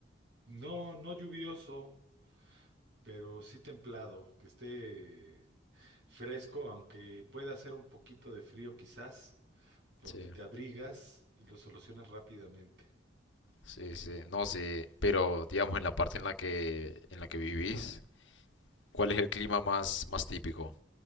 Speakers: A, on the right; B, on the left.
A: no, no lluvioso, pero sí templado, que esté fresco, aunque pueda hacer un poquito de frío quizás, porque
B: Sí.
A: te abrigas y lo solucionas rápidamente.
B: Sí, sí, no, sí, pero digamos en la parte en la que en la que vivís, ¿cuál es el clima más más típico?